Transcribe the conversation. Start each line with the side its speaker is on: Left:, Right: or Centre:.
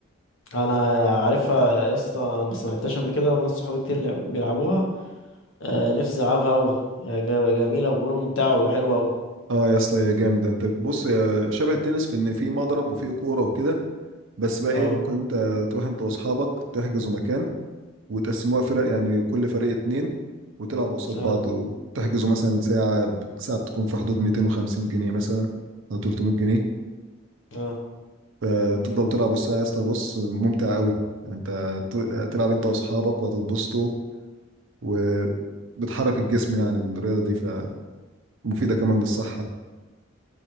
Left: انا عارفها يا اسطى بس ما لعبتهاش قبل كده وناس صحابي كتير لعب... بيلعبوها آه نفسي العبها قوي جميله وبيقولوا ممتعه وحلوه قوي
Right: اه يا اسطى يا جامدة انت بص يا شبه التنس في ان في مضرب وفي كورة وكده بس بقى
Left: اه
Right: ايه ممكن انت تروح انت واصحابك تحجزوا مكان وتقسموها فرق يعني كل فريق اتنين وتلعبوا قصاد
Left: اه
Right: بعض وتحجزوا مثلا ساعة ساعة بتكون في حدود 250 جنيه مثلا او 300 جنيه
Left: اه
Right: فتفضل تلعب الساعة يا اسطى بص ممتع قوي انت ت- تلعب انت واصحابك وهتتبسطوا وبتحرك الجسم يعني الرياضة دي فمفيدة كمان للصحة